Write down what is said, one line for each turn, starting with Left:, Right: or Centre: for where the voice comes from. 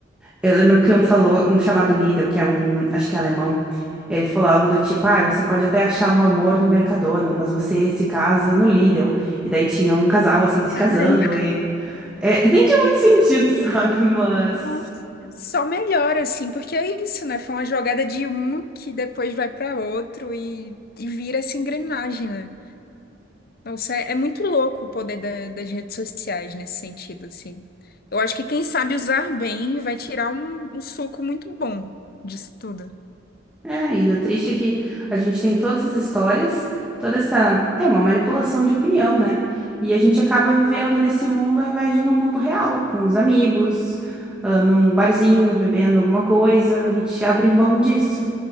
Centre: Eu lembro que um falou, um chamado Lidl, que é um, acho que é alemão, ele falou algo do tipo, ah, você pode até achar um amor no Mercadona, mas você se casa no Lidl. E daí tinha um casal, assim, se casando
Left: Caramba.
Centre: e... é, nem tinha muito sentido, <laughs> sabe? Mas...
Left: Nossa. Só melhora, assim, porque é isso, né? Foi uma jogada de um que depois vai pra outro e, e vira essa engrenagem, né? Nossa, é, é muito louco o poder da- das redes sociais nesse sentido, assim. Eu acho que quem sabe usar bem vai tirar um um suco muito bom disso tudo.
Centre: É, e o triste é que a gente tem todas as histórias, toda essa... É uma manipulação de opinião, né? E a gente acaba vivendo nesse mundo ao invés de no mundo real, com os amigos, ah, num barzinho, bebendo alguma coisa, a gente abre mão disso.